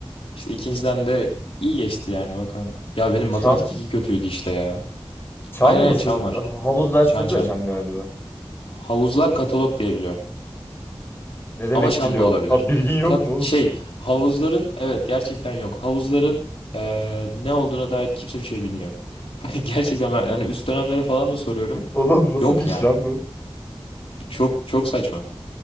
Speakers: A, on the left; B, on the left.
A: İşte ikinciden de iyi geçti yani bakalım. Ya benim
B: Çan,
A: matematik 2 kötüydü işte ya.
B: çan
A: Aynen
B: mı
A: aynen
B: siz?
A: çan var.
B: Havuz dersleri
A: Çan çan.
B: de çan galiba.
A: Havuzlar katalog diye biliyorum.
B: Ne demek
A: Ama çan
B: biliyorum?
A: da olabilir.
B: Ha bilgin yok
A: Kat,
B: mu oğlum?
A: şey havuzların evet gerçekten yok. Havuzların eee, ne olduğuna dair kimse bir şey bilmiyor. <laughs> Gerçekten ben yani üst dönemlere falan da soruyorum.
B: <laughs> Oğlum nasıl
A: Yok
B: bir iş
A: yani.
B: lan bu?
A: Çok çok saçma.